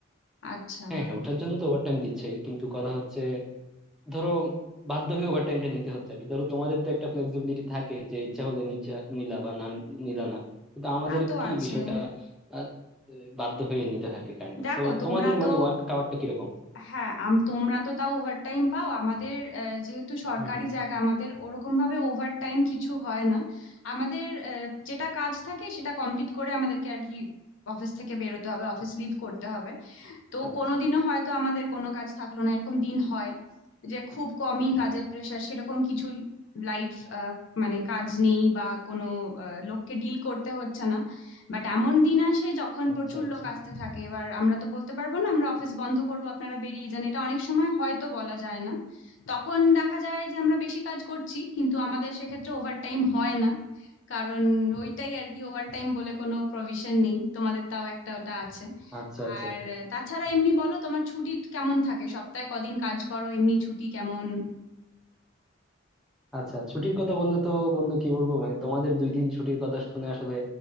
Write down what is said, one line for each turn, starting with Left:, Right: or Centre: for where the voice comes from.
Left: আচ্ছা
Centre: হ্যাঁ হ্যাঁ ওটার জন্য তো ওভারটাইম দিচ্ছেই কিন্তু কথা হচ্ছে ধরো বাধ্য হয়ে ওভারটাইমটা নিতে হচ্ছে আর কি ধরো তোমাদের তো একটা ফ্লেক্সিবিলিটি থাকে যে ইচ্ছা হলে নিচা নিলা বা না নিলা না কিন্তু আমাদের
Left: তা তো
Centre: কি
Left: আছে
Centre: বিষয়টা আহ, বাধ্য হয়ে নিতে হয় আর কি কাইন্ড অফ
Left: দেখো
Centre: তো
Left: তোমরা
Centre: তোমাদের
Left: তো
Centre: মানে ওয়ার্ক আওয়ারটা কিরকম
Left: হ্যাঁ আম- তোমরা তো তাও ওভারটাইম পাও আমাদের আহ, যেহেতু সরকারি
Centre: হম হম
Left: জায়গা আমাদের ওরকম ভাবে ওভারটাইম কিছু হয় না আমাদের আহ, যেটা কাজ থাকে সেটা কমপ্লিট করে আমাদেরকে আর কি অফিস থেকে বেরোতে হবে অফিস লিভ করতে হবে
Centre: আচ্ছা
Left: তো
Centre: আচ্ছা
Left: কোনোদিনও হয়তো আমাদের কোনো কাজ থাকলো না এরকম দিন হয় যে খুব কমই কাজের প্রেশার সেরকম কিছু লাইভ মানে কাজ নেই বা কোনো আহ, লোককে ডিল করতে হচ্ছে না বাট এমন দিন আসে যখন
Centre: আচ্ছা
Left: প্রচুর
Centre: আচ্ছা
Left: লোক আসতে থাকে এবার আমরা তো বলতে পারবো না আমরা অফিস বন্ধ করব আপনারা বেরিয়ে যান এটা অনেক সময় হয়তো বলা যায় না তখন দেখা যায় যে আমরা বেশি কাজ করছি কিন্তু আমাদের সেক্ষেত্রে ওভারটাইম হয় না কারণ ওইটাই আর কি ওভারটাইম বলে কোনো প্রভিশন নেই তোমাদের তাও একটা ওটা আছে
Centre: আচ্ছা আচ্ছা
Left: আর আহ, তাছাড়া এমনি বলো তোমার ছুটি কেমন থাকে সপ্তাহে কদিন কাজ করো এমনি ছুটি কেমন
Centre: আচ্ছা ছুটির কথা বললে তো বন্ধু কি বলবো মানে তোমাদের দুই দিন ছুটির কথা শুনে আসলে